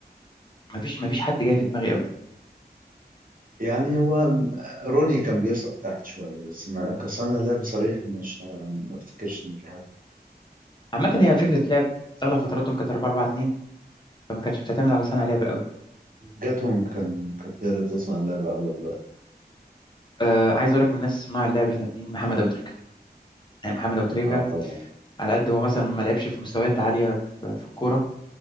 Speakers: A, on the left; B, on the right.
A: مفيش مفيش حد جاي في دماغي قوي
B: يعني هو روني كان بيسقط تحت شوية بس ما كصانع لعب صريح مش ما افتكرش ان في حد
A: عامه هي فكره لعب اغلب فتراتهم كانت 4 4 2 فما كانتش بتعتمد على صانع لعب قوي
B: جاتهم كان كانت هي اللي بتصنع اللعب اغلب الوقت
A: آه عايز اقول لك من الناس صناع اللعب الجامدين محمد ابو تريكه يعني محمد ابو تريكه
B: اه طبعا
A: على قد هو مثلا ما لعبش في مستويات عاليه في, في الكوره